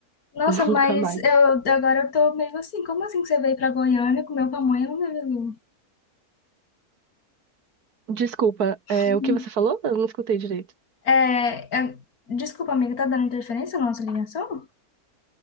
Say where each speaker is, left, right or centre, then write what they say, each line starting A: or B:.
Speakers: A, on the left; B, on the right.
A: Nossa,
B: <laughs> Nunca
A: mas
B: mais.
A: eu agora eu tô meio assim, como assim que você veio pra Goiânia e comeu pamonha no meu
B: Desculpa, eh,
A: Uhum.
B: o que você falou? Eu não escutei direito.
A: É, é, desculpa, amiga, tá dando interferência na nossa ligação?